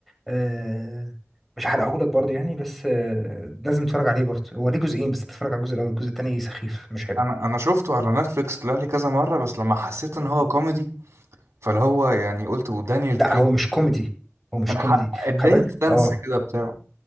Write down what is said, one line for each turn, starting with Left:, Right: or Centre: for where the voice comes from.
Centre: آه، مش هحرقهولك برضه يعني بس آه، لازم تتفرج عليه برضه هو ليه جزئين بس تتفرج على الجزء الاول الجزء التاني سخيف مش حلو
Right: انا انا شفته على نتفليكس طلع لي كذا مره بس لما حسيت ان هو كوميدي فاللي هو يعني قلت ودانيال
Centre: لا
Right: كريج
Centre: هو مش كوميدي هو مش
Right: انا
Centre: كوميدي
Right: حق اداني
Centre: خلي بالك
Right: السنس
Centre: اه
Right: كده بتاعه